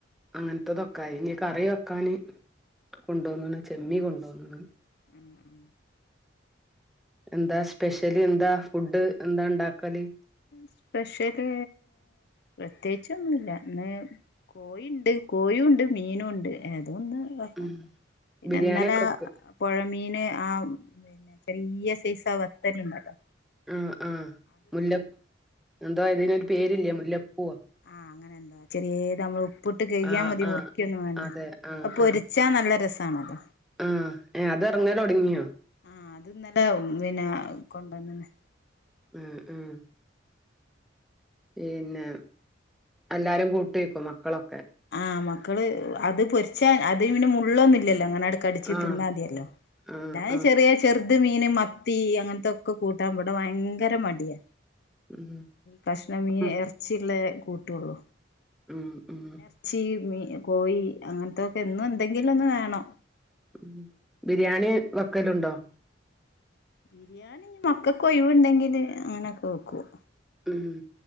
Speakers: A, in the centre; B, on the left (about 60°).
A: അങ്ങനത്തതൊക്കായി ഇനി കറി വെക്കാന് കൊണ്ടോന്ന്ണ് ചെമ്മീ കൊണ്ടോന്ന്ണ്
B: ഉം ഉം
A: എന്താ സ്പെഷ്യല് എന്താ ഫുഡ് എന്താണ്ടാക്കല്
B: സ്പെഷ്യല് പ്രത്യേയിച്ചൊന്നുല്ല ഇന്ന് കോഴിണ്ട് കോഴുണ്ട് മീനുണ്ട് ഏതൊന്ന് വെക്കണം
A: ഉം
B: പിന്നെ
A: ബിരിയാണി
B: ഇന്നലെ
A: ഒക്കെ വെക്ക്
B: പൊഴമീന് ആ വല്ല്യ സൈസ് ആ വത്തല്ണ്ടല്ലോ
A: ആഹ് ആഹ് മുല്ല എന്താ അതിനൊര് പേരില്ലേ മുല്ലപ്പൂവൊ
B: ആഹ് അങ്ങനെന്തോ ചെറ്യേതമ്മള് ഉപ്പ്ട്ട് കഴികിയാ
A: ആഹ്
B: മതി
A: ആഹ്
B: മുറിക്ക്യോന്നും വേണ്ട
A: അതെ ആഹ്
B: അത് പൊരിച്ചാ
A: ആഹ്
B: നല്ല രസാണല്ലോ
A: ആഹ് ഏ അത് എറങ്ങലൊടങ്ങിയോ
B: ആഹ് അത് ഇന്നലെ പിന്നെ കൊണ്ടന്ന്ണ്
A: ഉം ഉം പിന്നെ എല്ലാരും കൂട്ടേക്കും മക്കളൊക്കെ
B: ആഹ് മക്കള് അത് പൊരിച്ചാ അത് പിന്നെ മുള്ളൊന്നുല്ലല്ലോ അങ്ങനാണ്ട് കടിച്ച്
A: ആഹ്
B: തിന്നാതിയല്ലോ
A: ആഹ്
B: അല്ലാഞ്ഞ
A: ആഹ്
B: ചെറ്യേ ചെറ്ത് മീൻ മത്തി അങ്ങനത്തൊക്കെ കൂട്ടാൻ ഇവടെ ഭയങ്കര മട്യാ
A: ഉം
B: കഷ്ണ മീന്
A: ഉം
B: എറച്ചിള്ളത് കൂട്ടൊള്ളൂ
A: ഉം ഉം
B: ഇച്ചീ മീൻ കോഴി അങ്ങനത്തൊക്കെ എന്നും എന്തെങ്കിലൊന്ന് വേണം
A: ഉം ബിരിയാണി വെക്കല്ണ്ടോ
B: ബിരിയാണി മക്കക്ക് ഒഴിവ്ണ്ടെങ്കില് അങ്ങനൊക്കെ വെക്കും
A: ഉം